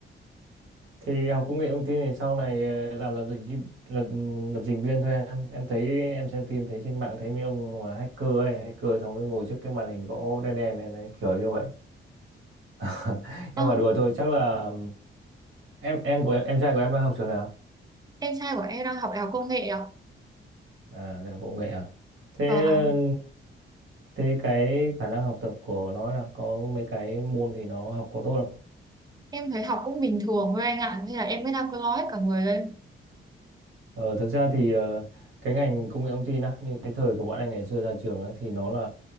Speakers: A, on the right; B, on the right.
A: Thì học công nghệ thông tin thì sau này ờ, làm lập trình chi- lập lập trình viên thôi em. Em thấy em xem phim thấy trên mạng thấy mấy ông mà hacker ấy, hacker xong rồi ngồi trước cái màn hình gỗ đen đen này, này kiểu như vậy. <laughs>
B: Ơ,
A: Nhưng mà đùa thôi, chắc là em em của em trai của em đang học trường nào?
B: em trai của em đang học đại học công nghệ ạ?
A: à đại học công nghệ à thế
B: Vâng
A: ừ,
B: ạ.
A: thế cái khả năng học tập của nó là có mấy cái môn thì nó học có tốt không
B: Em thấy học cũng bình thường thôi anh ạ, thế là em mới đang cơ lo hết cả người lên.
A: ờ, thực ra thì ờ, cái ngành công nghệ thông tin á như cái thời của bọn anh ngày xưa ra trường ấy, thì nó là